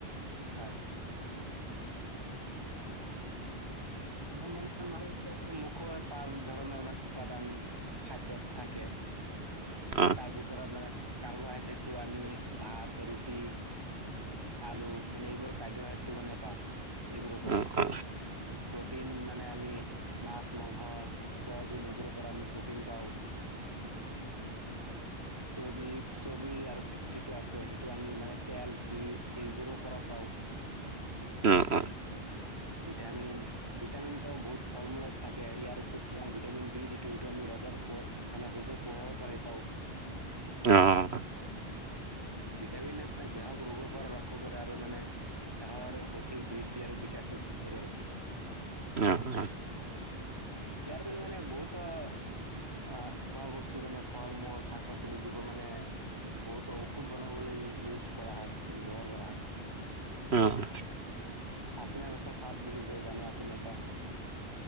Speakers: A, on the right; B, on the right.
A: হয়, হ মানে মানু মোকো পাৰ ধৰণৰ মানে উপাদান খাদ্যয়ত থাকে।
B: অ
A: তাৰ ভিতৰত মানে কাৰ্বহাইড্ৰেটটো আমি ভাত, ৰুটি আলু মানে এইবোৰ কাৰ্দহাইড্ৰেটটো মানে পাওঁ। এইবোৰৰ পৰা
B: অ অ
A: প্ৰটিন মানে আমি মাছ, মাংস, চয়াবিন এইবোৰৰ পৰা আমি প্ৰটিন পাওঁ। চৰ্বি চৰ্বি আৰু ফেত যিটো আছে সেইটো আমি মানে তেল ঘি এইবোৰৰ পৰা পাওঁ।
B: অ', অ',
A: ভিটামিন ভিটামিনটো বহুত ফল মূলত থাকে, ইয়াৰ উপৰি মানে ভিটামিন ডি যিটো সেইটো আমি ৰ'দৰ মানে হুযৰ পোহৰৰ পৰাই পাওঁ।
B: অ', অ',
A: ভিটামিন মানে দেহক ৰোগৰ পৰা ৰক্ষা কৰে আৰু মানে দেহৰ সঠিক বৃদ্ধি আৰু কেচ নিশ্চিত কৰে।
B: উম উম
A: ইয়াৰ কৰি মানে বহুত অ' খোৱা বস্তু যেনে ফল মূল শাক পাচলি যিবোৰ মানে বহুতো ঔষধ বনাবলৈ ইউজ কৰা হয় মানে ব্যৱহাৰ কৰা হয়।
B: অ'
A: লাচিনা গছৰ পাত বুলি যে জানে আপুনি এটা